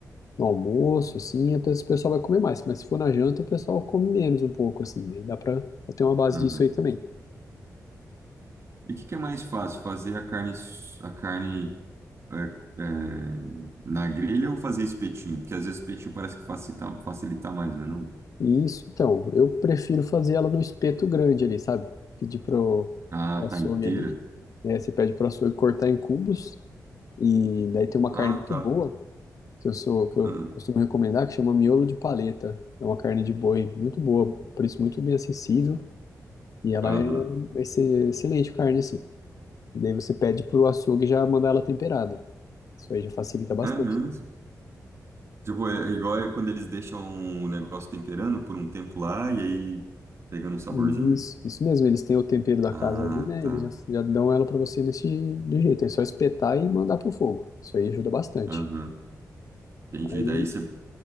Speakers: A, on the left; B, on the right.
A: no almoço, assim, a pe- o pessoal vai comer mais, mas se for na janta, o pessoal come menos um pouco, assim, daí dá pra pra ter uma base
B: Aham.
A: disso aí também.
B: E o que que é mais fácil, fazer a carne, s- a carne é, é, na grelha ou fazer espetinho? Porque às vezes espetinho parece que facilita, facilita mais, né? Não?
A: E isso, então, eu prefiro fazer ela no espeto grande ali, sabe? Pedir pro,
B: Ah,
A: pro açougue
B: tá inteira.
A: ali, né? Você pede pro açougue cortar em cubos, e daí tem uma
B: Ah,
A: carne muito
B: tá.
A: boa, que eu sou, que eu
B: Ah,
A: costumo recomendar, que chama miolo de paleta. É uma carne de boi muito boa, preço muito bem acessível, e ela
B: Aham.
A: é vai ser excelente carne, assim. E daí você pede pro açougue já mandar ela temperada. Isso aí já facilita bastante.
B: É mesmo. Tipo, é igual é quando eles deixam o negócio temperando por um tempo lá e aí pegando um saborzinho.
A: Isso, isso mesmo, eles têm o tempero da
B: Ah,
A: casa ali, né?
B: tá.
A: Eles já, já dão ela pra você desse do jeito. É só espetar e mandar pro fogo. Isso aí ajuda bastante.
B: Aham. Entendi.
A: Aí,
B: Daí você.